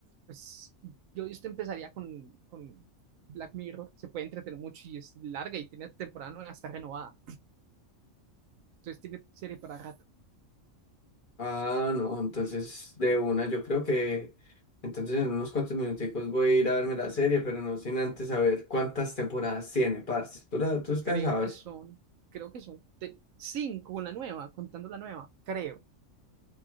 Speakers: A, on the right; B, on the left.
A: Pues yo de usted empezaría con, con Black Mirror, se puede entretener mucho y es larga y tiene temporada nueva, está renovada. Entonces tiene serie para rato.
B: Ah, no, entonces de una, yo creo que entonces en unos cuantos minuticos voy a ir a verme la serie, pero no sin antes saber cuántas temporadas tiene, parce. Tú, la, tú usted
A: creo
B: sabes.
A: que son, creo que son te- cinco, una nueva, contando la nueva, creo,